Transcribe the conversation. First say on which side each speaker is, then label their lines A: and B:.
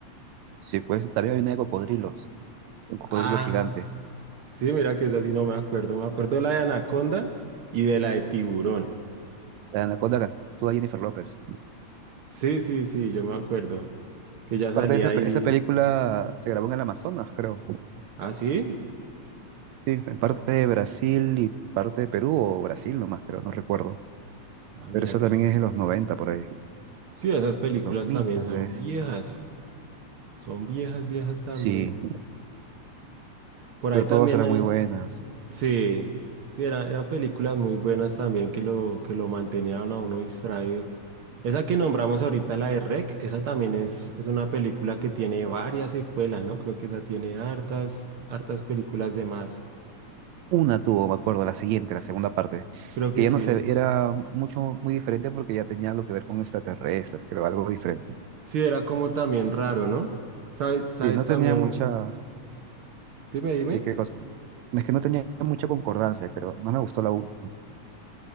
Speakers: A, on the right (about 80°); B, on the right (about 65°).
A: Sí, pues también hay una de cocodrilos. de un cocodrilo
B: Ah,
A: gigante,
B: sí, mira que esa sí no me acuerdo. Me acuerdo de la de Anaconda y de la de Tiburón.
A: la anaconda que actúa Jennifer López.
B: Sí, sí, sí, yo me acuerdo. Que ya salía
A: Parte de esa,
B: ahí.
A: pe- esa película se grabó en el Amazonas, creo.
B: Ah, sí.
A: Sí, en parte de Brasil y parte de Perú, o Brasil nomás, creo, no recuerdo.
B: Ah,
A: Pero
B: mira
A: esa
B: que.
A: también es de los 90 por ahí,
B: Sí, esas películas
A: dos mil
B: también
A: tal
B: son
A: vez.
B: viejas. Son viejas, viejas también.
A: Sí,
B: Por
A: pero
B: ahí también
A: todas eran
B: hay.
A: muy buenas.
B: Sí, sí, era- eran películas muy buenas también que lo, que lo mantenían a uno distraído. Esa que nombramos ahorita, la de REC, esa también es, es una película que tiene varias secuelas, ¿no? Creo que esa tiene hartas, hartas películas de más.
A: Una tuvo, me acuerdo, la siguiente, la segunda parte,
B: Creo
A: que
B: que
A: ya
B: sí.
A: no se era mucho, muy diferente porque ya tenía algo que ver con extraterrestres, creo, algo diferente.
B: Sí, era como también raro, ¿no? ¿Sabes, sabes
A: Sí, no
B: también?
A: tenía mucha,
B: Dime, dime.
A: sí, que Es que no tenía mucha concordancia, pero No me gustó la 1.